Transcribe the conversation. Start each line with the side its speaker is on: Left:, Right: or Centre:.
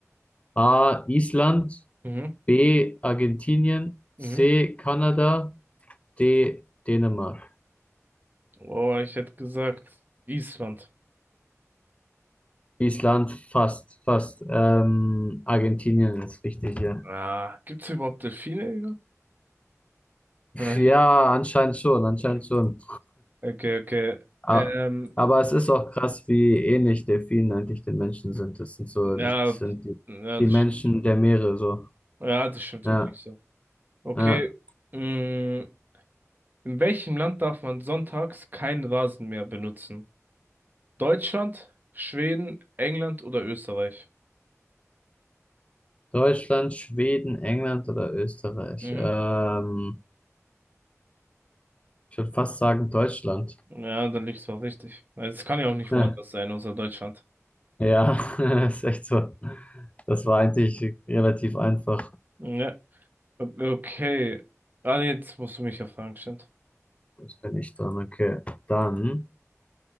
Left: A. Island,
Right: Mhm,
Left: B. Argentinien, C.
Right: mhm.
Left: Kanada, D. Dänemark.
Right: Oh, ich hätte gesagt, Island.
Left: Island fast, fast. Ähm, Argentinien ist richtig hier.
Right: Ah, gibt's überhaupt Delfine? Digga? Nein.
Left: Ja, anscheinend schon, anscheinend
Right: Ja.
Left: schon.
Right: Okay, okay.
Left: A-
Right: Ähm,
Left: Aber es ist auch krass, wie ähnlich Delfinen eigentlich den Menschen sind. Das sind so,
Right: ja,
Left: das sind die,
Right: ja,
Left: die
Right: das
Left: Menschen
Right: stimmt schon.
Left: der Meere so.
Right: Ja, das stimmt
Left: Ja,
Right: wirklich so. Okay.
Left: ja.
Right: mm, in welchem Land darf man sonntags keinen Rasen mehr benutzen? Deutschland, Schweden, England oder Österreich?
Left: Deutschland, Schweden, England oder Österreich?
Right: Mhm.
Left: Ähm, ich würde fast sagen Deutschland.
Right: Ja, da liegst du auch richtig. Also, Es kann ja auch nicht
Left: <laughs>
Right: woanders sein, außer Deutschland.
Left: Ja, <laughs> ist echt so. Das war eigentlich relativ einfach.
Right: Ja, okay. Ah, nee, jetzt musst du mich ja fragen, stimmt.
Left: Das bin ich dran. Okay, dann